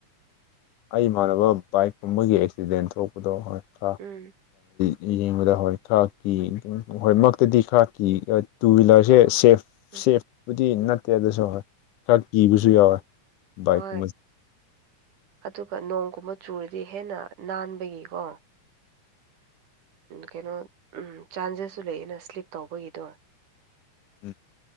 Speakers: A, on the left; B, on the right.
A: ꯑꯩ ꯏꯃꯥꯟꯅꯕ ꯕꯥꯏꯛꯀꯨꯝꯕꯒꯤ ꯑꯦꯛꯁꯤꯗꯦꯟ ꯊꯣꯛꯄꯗꯣ ꯍꯣꯏ ꯈ
B: ꯎꯝ
A: ꯗꯤ ꯌꯦꯡꯕꯗ ꯍꯈꯣꯏ ꯊꯥꯛꯀꯤ ꯑꯩꯣꯏ ꯃꯛꯇꯗꯤ ꯈꯔ ꯀꯤ ꯇꯨ ꯋꯤꯂꯔꯁꯦ ꯁꯦꯐ
B: ꯎꯝ
A: ꯁꯦꯞꯄꯨꯗꯤ ꯅꯠꯇꯦ ꯑꯗꯨꯁꯨ ꯍꯣꯏ ꯈꯔ ꯀꯤꯕꯁꯨ ꯌꯥꯎꯋꯦ ꯕꯥꯏꯛꯀꯨꯝꯕ
B: ꯍꯣꯏ ꯑꯗꯨꯒ ꯅꯣꯡꯒꯨꯝꯕ ꯆꯨꯔꯗꯤ ꯍꯦꯟꯅ ꯅꯥꯟꯕꯒꯤꯀꯣ ꯀꯩꯅꯣꯝ ꯆꯥꯟꯖꯦꯁꯁꯨ ꯂꯩꯌꯦꯅ ꯁ꯭ꯂꯤꯞ ꯇꯧꯕꯒꯤꯗꯣ
A: ꯎꯝ